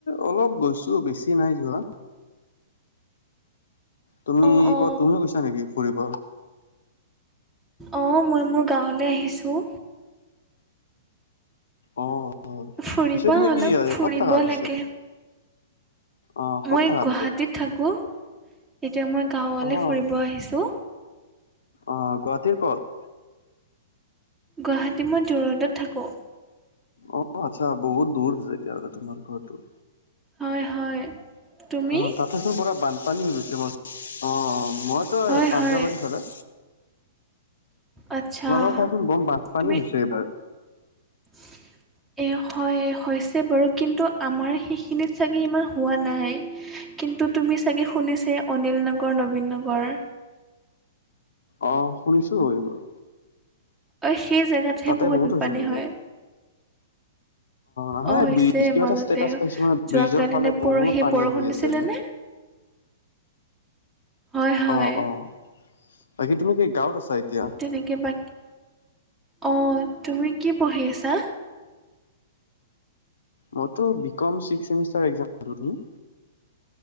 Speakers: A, on the left; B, in the centre.
A: অলপ গৈছো বেছি নাই যোৱা। তুমি
B: অ অ
A: ক তুমিও কৈছা নেকি ফুৰিব?
B: অঁ, মই মোৰ গাঁৱলৈ আহিছো।
A: অ
B: ফুৰিবা
A: পিছে তুমি
B: অলপ
A: কি হয়
B: ফুৰিব
A: ক'ত থকা পিছে।
B: লাগে।
A: অ ক'ত
B: মই
A: থাকা
B: গুৱাহাটীত
A: পিছে
B: থাকো এতিয়া মই গাঁৱলে
A: অ
B: ফুৰিব আহিছো।
A: অ গুৱাহাটীৰ ক'ত,
B: গুৱাহাটী মই জোৰদত থাকো।
A: অ আচ্ছা বহুত দূৰ যে এতিয়া আ তোমাৰ ঘৰ টো,
B: হয় হয়। তুমি
A: অ তাতেছোন পুৰা বানপানী হৈ গৈছে অ মই তই
B: হয়
A: পাঞ্জাবাৰীৰ
B: হয়
A: ফালে।
B: আচ্ছা
A: তোমালোকৰ কোৱাচোন বম বানপানী
B: তুমি
A: হৈছে এইবাৰ।
B: <unintelligible> এ হয় হৈছে বাৰু কিন্তু আমাৰ সেইখিনিত চাগে ইমান হোৱা নাই। কিন্তু তুমি চাগে শুনিছে অনিল নগৰ নবীন নগৰ।
A: অ শুনিছো এইবোৰ,
B: অ সেই জেগাতেহে
A: তাতে
B: বহুত
A: হৈছে
B: পানী
A: নেকি
B: হয়।
A: নহয়
B: অ হৈছে
A: ব্ৰিজ কিবা
B: মাজতে
A: এটা ষ্টেটাচ পাইছো মানে
B: যোৱা
A: ব্ৰিজৰ
B: কালিনে
A: ফালে বহুত
B: পৰহি
A: পানী
B: বৰষুণ
A: আহি
B: দিছিলে
A: আছে যে
B: নে, <inaudible> হয় হয়
A: অ অ বাকী তুমি কি গাঁৱত আছা এতিয়া।
B: তেনেকে বাকী অ তুমি কি পঢ়ি আছা।
A: মইটো বি কম ছিক্স চেমিষ্টাৰ এক্সাম দিলো তুমি,